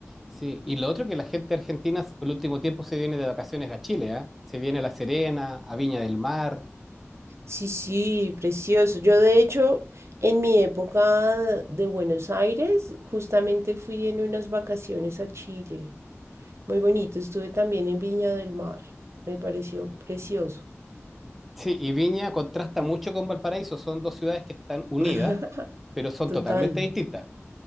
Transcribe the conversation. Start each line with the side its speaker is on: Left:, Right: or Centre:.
Centre: Sí, y lo otro que la gente argentina s- el último tiempo se viene de vacaciones a Chile, ¿ah? Se viene a La Serena, a Viña del Mar.
Right: Sí, sí, precioso. Yo de hecho, en mi época de Buenos Aires, justamente fui en unas vacaciones a Chile. Muy bonito. Estuve también en Viña del Mar. Me pareció precioso.
Centre: Sí, y Viña contrasta mucho con Valparaíso, son dos ciudades que están unidas,
Right: <laughs>
Centre: pero son
Right: Total.
Centre: totalmente distintas.